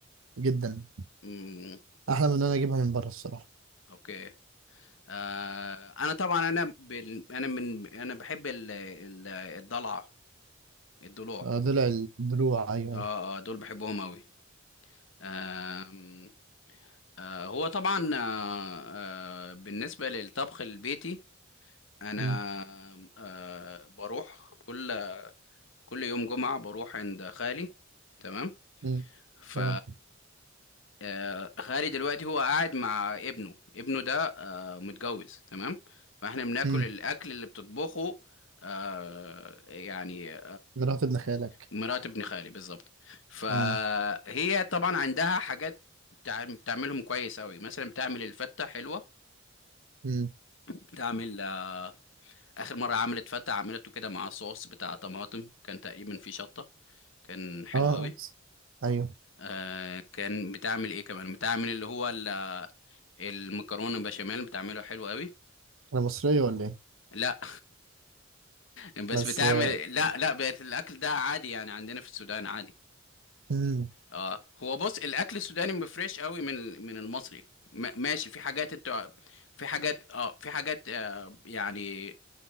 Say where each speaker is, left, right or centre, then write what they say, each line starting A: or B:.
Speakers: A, on the right; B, on the left.
A: جدا
B: امم
A: أحلى من إن أنا أجيبها من بره الصراحة
B: اوكي آه انا طبعا انا بال... انا من انا بحب ال... ال... الضلع الضلوع
A: آه ضلع الضلوع أيوه
B: اه
A: أيوه
B: اه دول بحبهم قوي آم، آه هو طبعا آه آه بالنسبة للطبخ البيتي انا
A: مم،
B: آه بروح كل كل يوم جمعة بروح عند خالي تمام
A: مم،
B: ف
A: تمام
B: آه، خالي دلوقتي هو قاعد مع ابنه ابنه ده آه، متجوز تمام فاحنا بناكل
A: مم،
B: الاكل اللي بتطبخه آه، يعني
A: مرات ابن خالك
B: مرات ابن خالي بالظبط فهي
A: مم،
B: طبعا عندها حاجات بتع- بتعملهم كويس قوي مثلا بتعمل الفته حلوه
A: مم.
B: بتعمل آه، اخر مره عملت فته عملته كده مع صوص بتاع طماطم كان تقريبا فيه شطه كان حلو
A: أه
B: قوي
A: أيوه
B: آه كان بتعمل ايه كمان بتعمل اللي هو ال- المكرونه بشاميل بتعملها حلو قوي
A: أنا مصرية ولا إيه
B: لا <laughs> بس
A: بس
B: بتعمل
A: آه
B: لا لا بقت الاكل ده عادي يعني عندنا في السودان عادي
A: مم،
B: اه هو بص الاكل السوداني مفرش قوي من من المصري ما- ماشي في حاجات انت في حاجات اه في حاجات آه يعني